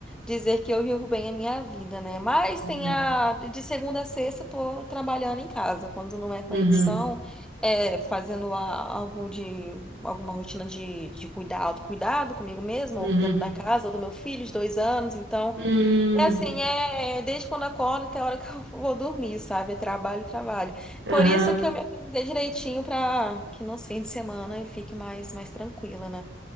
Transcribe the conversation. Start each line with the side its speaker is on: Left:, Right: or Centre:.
Centre: dizer que eu vivo bem a minha vida, né? Mas
Right: Uhum.
Centre: tem a, de segunda a sexta eu tô trabalhando em casa. Quando não é com
Right: Uhum.
Centre: a edição, é fazendo a- algo de, alguma rotina de, de cuidar, autocuidado comigo mesma,
Right: Uhum.
Centre: ou cuidando da casa, ou do meu filho de dois anos. Então.
Right: Hum,
Centre: É assim, é é, desde quando acordo até a hora que eu <laughs> vou dormir, sabe? É trabalho, trabalho.
Right: aham.
Centre: Por isso que eu me organizei direitinho para que nos fins de semana eu fique mais, mais tranquila, né?